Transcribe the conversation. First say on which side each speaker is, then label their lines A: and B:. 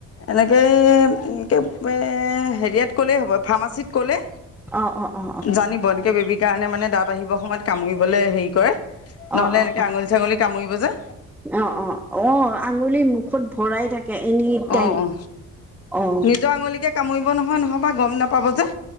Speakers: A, on the left; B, in the centre.
A: এনেকৈ এ হেৰিয়াত কলে হ'ব ফাৰ্মাচত, ক'লে
B: অ অ অ
A: জানিব এনেকে বেবি সেইকাৰণে মানে দাঁত আহিবৰ সময়ত কামুৰিবলৈ হেৰি কৰে
B: অ অ
A: নহ'লে
B: অ
A: এনেকৈ আঙুলি -ছাঙলী কামুৰিব যে।
B: অ অ অ আঙুলি মুখত ভৰাই থাকে। এনি টাইম
A: অ অ
B: অ
A: নিজৰ আঙুলিকে কামুৰিব নহয় নহ'বা গম নাপাব যে।